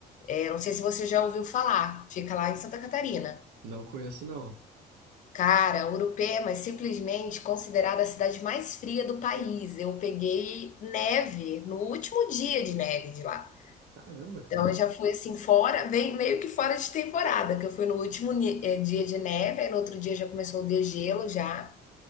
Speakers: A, on the left; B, on the right.
A: É, não sei se você já ouviu falar. Fica lá em Santa Catarina.
B: Não conheço, não.
A: Cara, Urupema é simplesmente considerada a cidade mais fria do país. Eu peguei neve no último dia de neve de lá.
B: Caramba, cara.
A: Então eu já fui assim fora, bem meio que fora de temporada, que eu fui no último ni- eh, dia de neve, aí no outro dia já começou o degelo já.